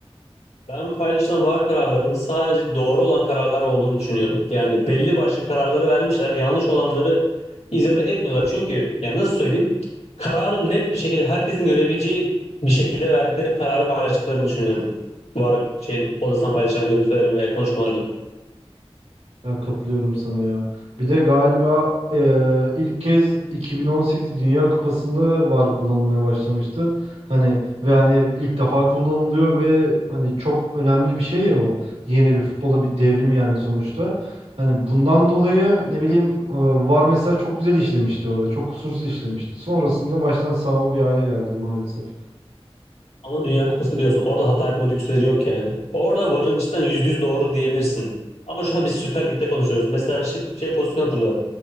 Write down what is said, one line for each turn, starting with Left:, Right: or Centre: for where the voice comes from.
Left: Ben paylaşılan VAR kararlarının sadece doğru olan kararlar olduğunu düşünüyorum. Yani belli başlı kararları vermişler. Yanlış olanları izole etmiyorlar. Çünkü yani nasıl söyleyeyim? Kararı net bir şekilde herkesin görebileceği bir şekilde verdikleri kararı paylaştıklarını düşünüyorum. VAR şeyin odasından paylaşılan görüntülerin veya konuşmaların.
Right: Ya katılıyorum sana ya. Bir de galiba eee, ilk kez 2018 Dünya Kupası'nda VAR kullanılmaya başlamıştı. Hani ve hani ilk defa kullanılıyor ve hani çok önemli bir şey ya bu. Yeni bir futbola bir devrim yani sonuçta. Hani bundan dolayı ne bileyim e, VAR mesela çok güzel işlemişti orada. Çok kusursuz işlemişti. Sonrasında baştan sağma bir hale geldi maalesef.
Left: Ama Dünya Kupası diyorsun. Orada hata yapma lüksleri yok yani. Orada varın içinden %100 doğru diyebilirsin. Ama şu an biz Süper Lig'de konuşuyoruz. Mesela şey, şey pozisyonu hatırla.